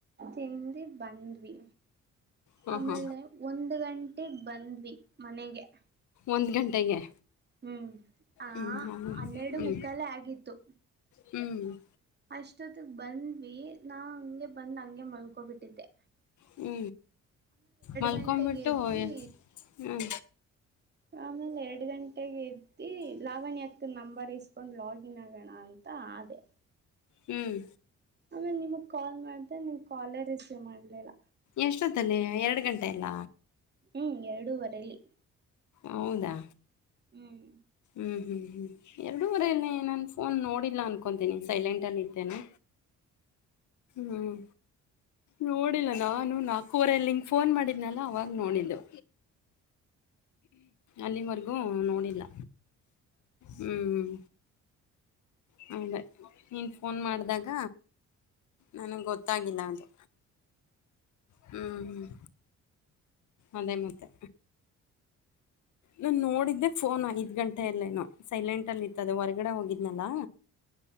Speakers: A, on the right; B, on the left.
A: ತಿಂದು ಬಂದ್ವಿ
B: ಹಾ
A: ಆಮೇಲೆ
B: ಹಾ
A: ಒಂದ್ ಗಂಟೆಗೆ ಬಂದ್ವಿ ಮನೆಗೆ
B: ಒಂದ್ ಗಂಟೆಗೆ
A: ಹ್ಮ್ ಆ
B: ಹ್ಮ್ ಹೌದು.
A: ಹನ್ನೆರಡು
B: ಹ್ಮ್
A: ಮುಖಾಲೆ ಆಗಿತ್ತು
B: ಹ್ಮ್ <unintelligible>
A: ಅಷ್ಟೊತ್ತಗ್ ಬಂದ್ವಿ ನಾ ಹಂಗೆ ಬಂದ್ ಹಂಗೆ ಮಲ್ಕೊಬಿಟ್ಟಿದ್ದೆ
B: ಹ್ಮ ಮಲ್ಕಂ
A: ಗಂಟೆಗೆ
B: ಬಿಟ್ಟು
A: ಎದ್ದಿ
B: ಹ ಹ್ಮ
A: ಆಮೇಲೆ ಎರಡ್ ಗಂಟೆಗೆ ಎದ್ದಿ ಲಾವಣಿ ಅಕ್ಕ ನಂಬರ್ಸ್ ಕಕೊಂಡ್ ಲಾಗಿನ್ ಆಗೋಣ ಅಂತ ಆದೆ
B: ಹ್ಮ್
A: ಆಮೇನ್ ನಿಮಗ್ ಕಾಲ್ ಮಾಡ್ ನೀಕಾಲೇ ರಿಸೀವ್ ಮಾಡ್ಲಿಲ್ಲ
B: ಎಷ್ಟೊತ್ತಲೆ ಎರಡು ಗಂಟೆ ಎಲ್ಲ
A: ಹ್ಮ್ ಎರಡೂವರೆಲ್ಲಿ
B: ಹೌದಾ
A: ಹ್ಮ್
B: ಹ್ಞೂ ಹ್ಮ ಹ್ಮ ಎರಡೂವರಲ್ಲೇ ನಾನು ಫೋನ್ ನೋಡಿಲ್ಲ ಅನ್ಕೊತೀನಿ ಸೈಲೆಂಟಲ್ಲಿತ್ತೇನೆ ಹ್ಮ್ ನೋಡಿಲ್ಲ ನಾನು ನಾಲ್ಕೂವರೆಲ್ಲಿ ಹಂಗ್ ಫೋನ್ ಮಾಡಿದ್ನಲ್ಲ ಅವಾಗ ನೋಡಿದ್ದಲು ಅಲ್ಲಿವರೆಗೂ ನೋಡಿಲ್ಲ ಹ್ಮ್ ಹೌದ ನೀನು ಫೋನ್ ಮಾಡಿದಾಗ ನನಗ್ ಗೊತ್ತಾಗಿಲ್ಲ ಅದು ಹ್ಮ್ ಹ್ಮ್ ಅದೇ ಮತ್ತೆ ನನ್ ನೋಡಿದ್ದೆ ಫೋನ್ ಐದ್ ಗಂಟೆಯಲ್ಲೇನೋ ಸೈಲೆಂಟ್ ಅಲ್ಲಿ ಇತ್ತದ ಹೊರಗಡೆ ಹೋಗಿದ್ನಲ್ಲಾ